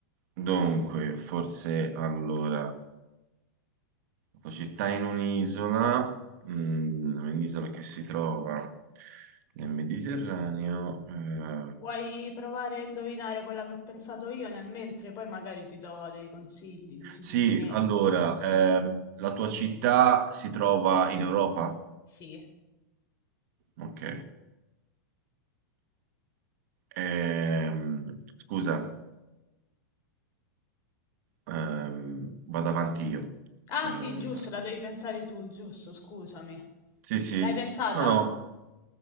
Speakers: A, on the right; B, on the left.
A: dunque, forse allora. La città in un'isola, mm, un'isola che si trova nel Mediterraneo. eh,
B: Vuoi provare a indovinare quella che ho pensato io nel mentre? Poi magari ti do dei consigli, dei suggerimenti.
A: sì, allora, ehm, la tua città si trova in Europa?
B: Sì.
A: Ok. Ehm, scusa, ehm, vado avanti io.
B: Ah,
A: Ehm,
B: sì, giusto, la devi pensare tu, giusto, scusami.
A: sì, sì,
B: L'hai pensata?
A: no, no.